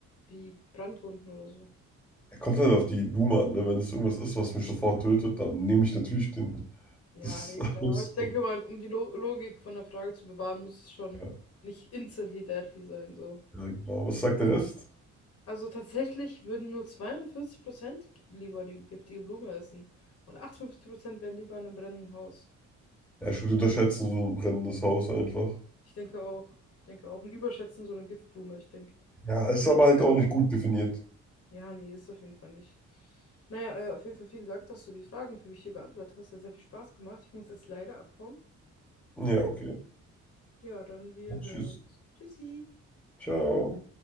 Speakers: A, on the left (about 50°); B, in the centre.
A: wie Brandwunden oder so.
B: Er Kommt halt auf die Blume an. Ne? Wenn es irgendwas ist, was mich sofort tötet, dann nehme ich natürlich den.
A: Ja,
B: Das,
A: nee, klar.
B: das,
A: Aber ich denke mal, um die Lo Logik von der Frage zu bewahren, muss es schon
B: ja,
A: nicht instantly deadly sein, so.
B: ja, genau. Was sagt der Rest?
A: Also tatsächlich würden nur 42% lieber die giftige Blume essen und 58% wären lieber in einem brennenden Haus.
B: Ja, stimmt, die unterschätzen so ein brennendes Haus einfach.
A: Ich denke auch, ich denke auch, ein Überschätzen so eine Giftblume. Ich denke,
B: Ja,
A: man
B: ist
A: kann
B: aber
A: echt
B: halt
A: ganz...
B: auch nicht gut definiert.
A: Ja, nee, ist auf jeden Fall nicht. Naja, äh, auf jeden Fall vielen Dank, dass du die Fragen für mich hier beantwortet hast. Hat sehr viel Spaß gemacht. Ich muss jetzt leider abhauen.
B: Ja, okay.
A: Ja, dann wir
B: Tschüss.
A: hören uns. Tschüssi.
B: Ciao.